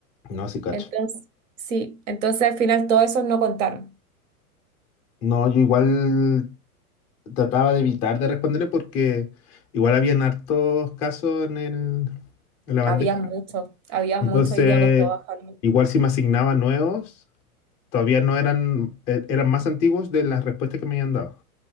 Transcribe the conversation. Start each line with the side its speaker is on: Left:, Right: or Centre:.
Left: No, sí, cacho.
Right: Entonces, sí, entonces al final todos esos no contaron.
Left: No, yo igual trataba de evitar de responderle porque igual habían hartos casos en el, en la bandeja.
Right: Había muchos, había
Left: Entonces,
Right: muchos y día costó bajarlo.
Left: igual si me asignaban nuevos. todavía no eran, e- eran más antiguos de las respuestas que me habían dado.